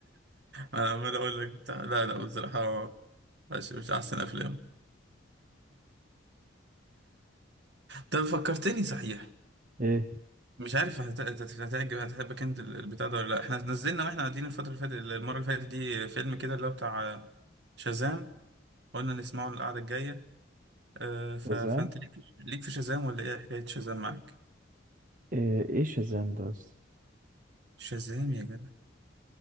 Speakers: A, on the right; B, on the right.
A: انا عمال اقول لك بتاع لا لا بصراحه مش مش احسن افلام طب فكرتني صحيح
B: ايه
A: مش عارف هت- هت- هتعجب هتحبك انت ال- البتاع ده ولا لا احنا نزلنا واحنا قاعدين الفتره اللي فاتت المره اللي فاتت دي فيلم كده اللي هو بتاع شازام قلنا نسمعه القعده الجايه آه، ف...
B: شازام
A: فانت ليك ليك في شازام ولا ايه حكايه شازام معاك
B: ايه ايه شازام ده اصلا
A: شازام يا جدع